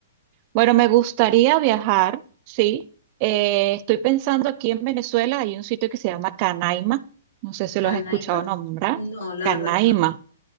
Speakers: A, on the right; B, on the left.
A: Bueno, me gustaría viajar, sí. Eh, estoy pensando aquí en Venezuela, hay un sitio que se llama Canaima, no sé si
B: Canaima?
A: lo has escuchado nombrar.
B: No, la
A: Canaima.
B: verdad es que